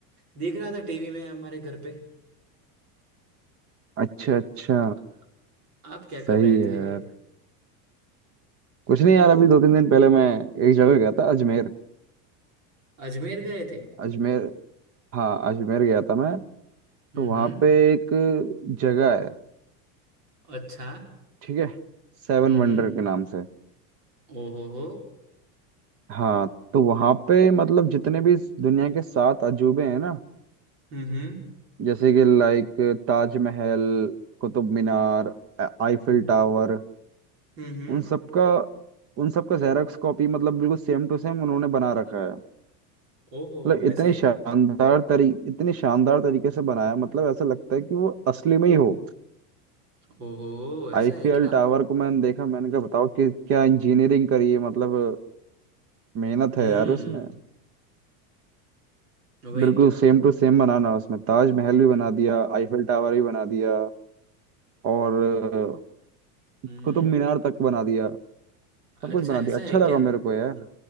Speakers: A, on the right (about 80°); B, on the right (about 30°).
A: देख रहा था टीवी में हमारे घर पे
B: अच्छा अच्छा
A: आ- आप क्या
B: सही
A: कर रहे
B: है
A: थे
B: यार कुछ नहीं यार अभी दो तीन दिन पहले मैं एक जगह गया था अजमेर
A: अजमेर गए थे
B: अजमेर हाँ अजमेर गया था मैं
A: हम्म
B: तो वहाँ
A: हम्म
B: पे एक जगह है
A: अच्छा
B: ठीक है सेवन
A: हम्म
B: वंडर
A: हम्म
B: के नाम से
A: ओहो हो
B: हाँ तो वहाँ पे मतलब जितने भी इस दुनिया के सात अजूबे हैं ना
A: हम्म
B: जैसे कि लाइक ताजमहल कुतुब मीनार आ- आईफिल
A: हम्म
B: टावर
A: हम्म हम्म,
B: उन सबका उन सबका जेरॉक्स कॉपी मतलब बिल्कुल सेम टू सेम उन्होंने बना रखा है
A: ओहो
B: मतलब
A: वैसे
B: इतने शानदार तरी इतने शानदार तरीके से बनाया मतलब ऐसा लगता है कि वो असली में ही हो
A: ओहो ऐसा
B: आईफीएल
A: है क्या
B: टावर को मैंने देखा मैंने कहा बताओ कि क्या इंजीनियरिंग करी है मतलब मेहनत
A: हम्म
B: है यार उसमें
A: वही
B: बिल्कुल
A: तो
B: सेम टू सेम बनाना उसमें ताजमहल भी बना दिया आईफीएल टावर भी बना दिया और अ,
A: हम्म
B: कुतुब मीनार तक बना दिया सब
A: अच्छा
B: कुछ बना
A: ऐसा
B: दिया अच्छा
A: है
B: लगा
A: क्या
B: मेरे को यार